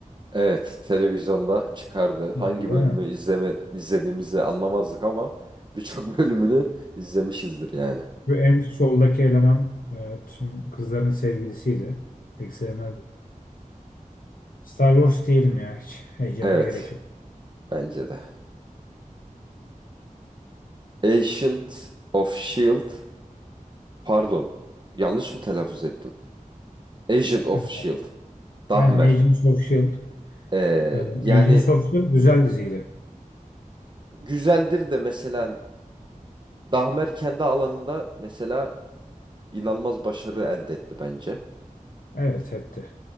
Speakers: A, on the right (about 30°); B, on the left (about 80°).
A: Evet, televizyonda çıkardı.
B: <laughs> Yani
A: Hangi
B: Değil
A: bölümü
B: mi?
A: izleme izlediğimizi anlamazdık ama birçok <laughs> bölümünü izlemişizdir yani.
B: Ve en soldaki eleman e, tüm kızların sevgilisiydi. Pek sevmezdim. Star Wars diyelim ya hiç. Heyecana
A: Evet,
B: gerek yok.
A: bence de. Agent of Shield, pardon, yanlış mı telaffuz ettim? Agent of
B: Evet.
A: Shield, Dahmer.
B: Aynen Agents of S.H.I.E.L.D.
A: Ee,
B: E,
A: yani
B: Agents of S.H.I.E.L.D. güzel diziydi.
A: güzeldir de mesela Dahmer kendi alanında mesela inanılmaz başarı elde etti bence.
B: Evet etti.